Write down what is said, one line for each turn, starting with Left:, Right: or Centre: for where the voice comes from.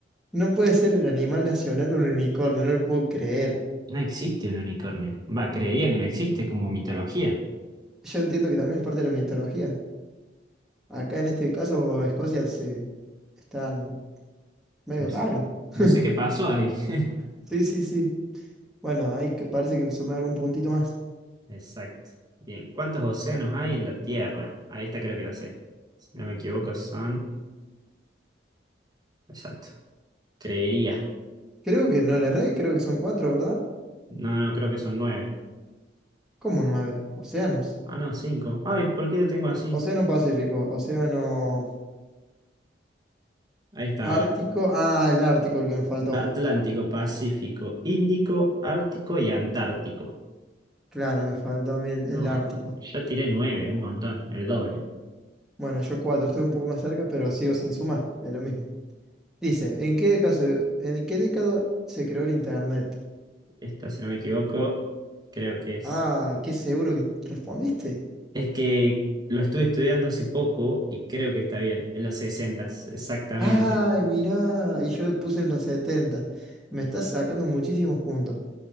Centre: No puede ser el animal nacional un unicornio, no lo puedo creer.
Right: No existe un unicornio. Va, creería que no existe, es como mitología.
Centre: Yo entiendo que también es parte de la mitología. Acá en este caso, Escocia se están medio
Right: No s-
Centre: raro. <laughs>
Right: no sé qué pasó ahí. <laughs>
Centre: Sí, sí, sí. Bueno, ahí que parece que me sumé algún puntito más.
Right: Exacto. Bien, ¿cuántos océanos hay en la Tierra? Ahí está, creo que la sé. Si no me equivoco, son... Exacto. Creería.
Centre: Creo que no le erré, creo que son cuatro, ¿verdad?
Right: No, no, creo que son nueve.
Centre: Como nueve. Océanos.
Right: Ah, no, cinco. Ay, ¿por qué lo tengo así?
Centre: Océano Pacífico, Océano
Right: Ahí está,
Centre: Ártico.
Right: mira.
Centre: Ah, el Ártico, el que me faltó.
Right: Atlántico, Pacífico, Índico, Ártico y Antártico.
Centre: Claro, me faltó a mí el, el
Right: No,
Centre: Ártico.
Right: yo tiré nueve, un montón, el doble.
Centre: Bueno, yo cuatro, estoy un poco más cerca, pero sigo sin sumar. Es lo mismo. Dice, ¿en qué caso, en qué década se creó el Internet?
Right: Esta, si no me equivoco, creo que es.
Centre: Ah, qué seguro que respondiste.
Right: Es que lo estuve estudiando hace poco y creo que está bien, en los sesentas exactamente.
Centre: Ay, mirá, y yo puse en los 70. Me estás sacando muchísimos puntos.